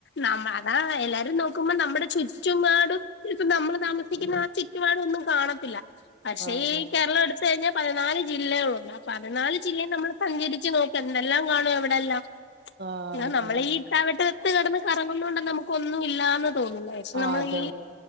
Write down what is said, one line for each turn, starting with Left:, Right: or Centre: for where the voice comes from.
Left: നമ്മ അതാ എല്ലാരും നോക്കുമ്പോ നമ്മുടെ ചുറ്റുമാടും ഇപ്പ നമ്മള് താമസിക്കുന്ന ചിറ്റുപാടൊ ഒന്നും കാണത്തില്ല പക്ഷേ
Right: ആ അതെ
Left: ഈ കേരളം എടുത്തഴിഞ്ഞാൽ പതിനാല് ജില്ലകളുണ്ട് പതിനാല് ജില്ലെയ് നമ്മൾ സഞ്ചരിച്ച് നോക്ക എന്തെല്ലാം കാണും എവിടെയെല്ലാം
Right: ആ
Left: ഇന്നാ
Right: അതെ
Left: നമ്മള ഈ ഇട്ടാവട്ട ഇത്ത് കടന്ന് കറങ്ങുന്ന കൊണ്ട് നമുക്കൊന്നും ഇല്ലാന്ന് തോന്നില്ല പക്ഷെ
Right: ആ
Left: നമ്മൾ
Right: അതെ
Left: ഈ